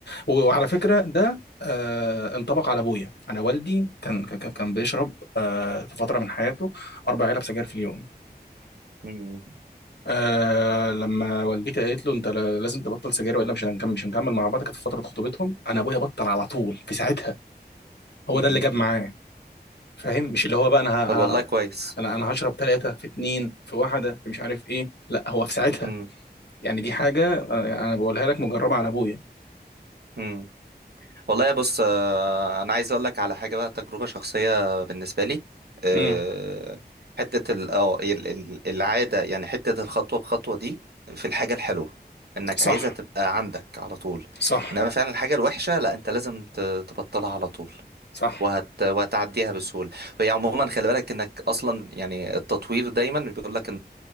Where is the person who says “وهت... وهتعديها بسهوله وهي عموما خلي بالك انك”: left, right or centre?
Right